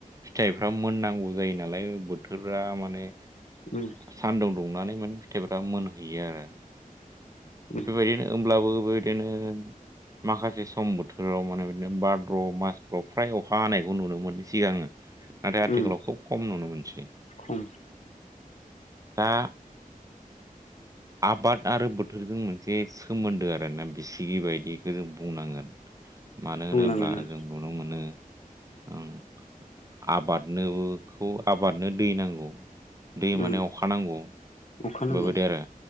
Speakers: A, on the right (about 25°); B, on the left (about 50°).
A: फिथाइफ्रा मोननांगौ जायो नालाय बोथोरा माने
B: ओम
A: सानदुं दुंनानै माने फिथाइफ्रा मोनहैयो आरो
B: उम
A: बेबायदिनो होमब्लाबो बो बिदिनो माखासे सम बोथोराव माने बिदिनो भाद्र मासफ्राव फ्राय अखा हानायखौ नुनो मोनो सिगांङो नाथाय आथिखालाव
B: उम
A: खुब खम नुनो मोनसै
B: खम
A: दा आबाद आरो बोथोरजों मोनसे सोमोन्दो आरोना बिसिगि बायदिखौ जों बुंनांगोन मानो
B: बुंनांगोन
A: होनोब्ला
B: आं
A: जों नुनो मोनो ओ आबादनोखौ आबादनो दै नांगौ दै माने
B: उम
A: अखा नांगौ
B: अखा नांगौ
A: बेबायदि आरो